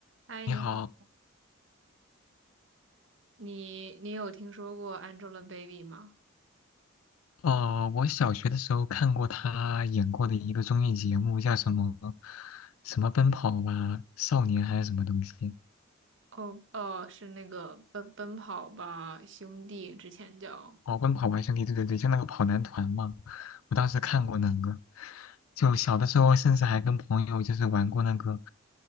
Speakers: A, on the right (about 60°); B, on the left (about 85°).
A: 嗨，
B: 你好，
A: 你好，你你有听说过 Angelababy 吗？
B: 呃，我小学的时候看过他演过的一个综艺节目，叫什么什么奔跑吧少年还是什么东西？
A: 哦哦，是那个奔奔跑吧兄弟，之前叫，
B: 哦，奔跑吧兄弟，对对对，就那个跑男团嘛。我当时看过那个，就小的时候甚至还跟朋友就是玩过那个